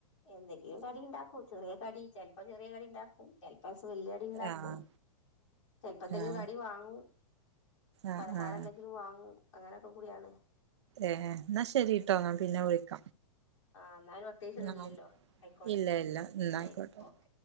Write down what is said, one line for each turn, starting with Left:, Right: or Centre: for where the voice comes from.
Left: എന്തെങ്കിലും കടി ഇണ്ടാക്കും ചെറിയ കടി ചെൽപ്പോ ചെറിയ കടിണ്ടാക്കും ചെൽപോവല്ല്യ ണ്ടാക്കും
Right: ആഹ്
Left: ചെൽപ്പെന്തെങ്കിലും
Right: ആഹ്
Left: കടി വാങ്ങും.
Right: ആഹ്
Left: പലഹാരെന്തെങ്കിലും
Right: ആഹ്
Left: വാങ്ങും അങ്ങനൊക്കെകൂടിയാണ്.
Right: ഏഹ് ന്നാ ശെരിട്ടോ ഞാൻ പിന്നെ വിളിക്ക.
Left: ആ എന്നാലും പ്രത്യേകിച്ചൊന്നുമില്ലല്ലോ
Right: ആഹ്
Left: ആയിക്കോട്ടെ
Right: ഇല്ലല്ല ന്നായിക്കോട്ടെ.
Left: ശരി ഓക്കെ